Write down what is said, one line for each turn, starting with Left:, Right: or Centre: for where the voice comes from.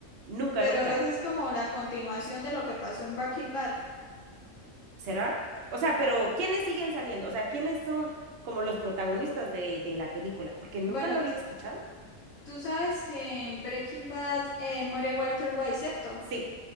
Right: Nunca,
Left: pero
Right: nunca.
Left: esa es como la continuación de lo que pasó en Breaking Bad.
Right: ¿Será? O sea, pero ¿quiénes siguen saliendo? O sea, ¿quiénes son como los protagonistas de, de la película? Porque nunca
Left: Bueno,
Right: lo había
Left: t-
Right: escuchado.
Left: tú sabes que en Breaking Bad eh, muere Walter White, ¿cierto?
Right: Sí.